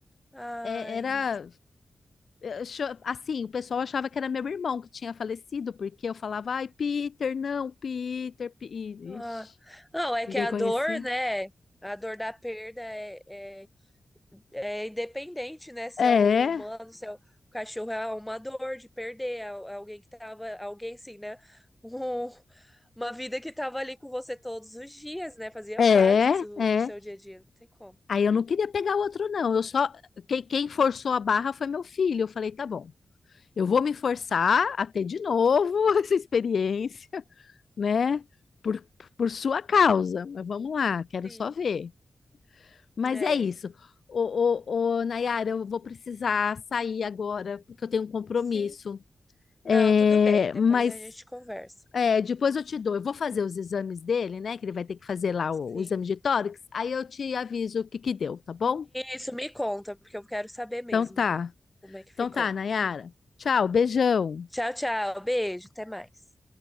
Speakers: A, in the centre; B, on the left (about 70°).
A: Ai,
B: é- era
A: meu-
B: eu cho- assim, o pessoal achava que era meu irmão que tinha falecido, porque eu falava, ai, Peter, não, Peter, Pe-"
A: ah.
B: Ixi,
A: Não, é
B: ninguém
A: que a
B: conhecia.
A: dor, né? A dor da perda é, é, é independente, né? Se
B: É,
A: é um humano, se é um cachorro, é uma dor de perder é al- alguém que tava, alguém sim, né? <laughs> Um- uma vida que tava ali com você todos os dias, né? Fazia
B: é,
A: parte do,
B: é.
A: do seu dia a dia, não tem como.
B: Aí eu não queria pegar outro, não. Eu só. Quem, quem forçou a barra foi meu filho. Eu falei, tá bom, eu vou me forçar a ter de novo <laughs> essa experiência, né? Por, por sua causa. Mas vamos lá, quero
A: Sim,
B: só ver. Mas
A: é,
B: é isso. Ô, ô, ô, Nayara, eu vou precisar sair agora, porque eu tenho um compromisso.
A: sim. Não,
B: É,
A: tudo bem, depois
B: mas
A: a gente conversa.
B: é, depois eu te dou. Eu vou fazer os exames dele, né? Que ele vai ter que fazer lá
A: Sim.
B: o, o exame de tórax. Aí eu te aviso o que que deu, tá bom?
A: Isso, me conta, porque eu quero saber mesmo
B: Então tá.
A: como é que
B: Então
A: ficou.
B: tá, Nayara. Tchau, beijão.
A: Tchau, tchau. Beijo, até mais.